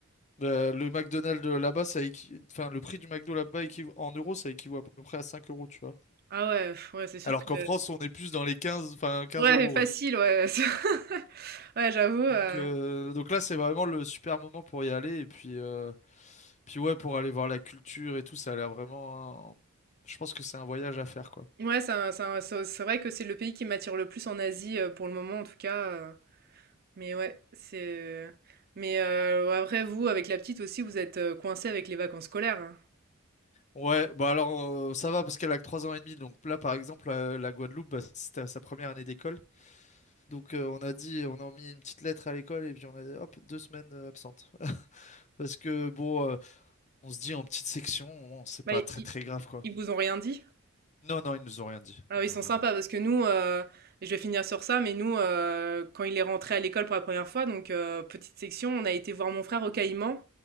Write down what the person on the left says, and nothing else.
Euh, le McDonald's euh, là-bas, ça équi- enfin, le prix du McDo là-bas équiv- en euros, ça équivaut à peu près à 5 euros, tu vois.
Alors
qu'en France, on est plus dans les 15, enfin 15
euros,
ouais.
Donc, euh, donc là, c'est vraiment le super moment pour y aller. Et puis, euh, puis ouais, pour aller voir la culture et tout, ça a l'air vraiment. un- Je pense que c'est un voyage à faire, quoi.
Ouais, bah alors euh, ça va parce qu'elle a que 3 ans et demi. Donc là, par exemple, euh, la Guadeloupe, bah, c'était à sa première année d'école. Donc euh, on a dit, on a mis une petite lettre à l'école et puis on a dit, hop, deux semaines euh, absentes. <laughs> Parce que bon, euh, on se dit en petite section, bon, c'est
pas très
très grave, quoi.
Non, non, ils nous ont rien dit.
Non,
non,
non.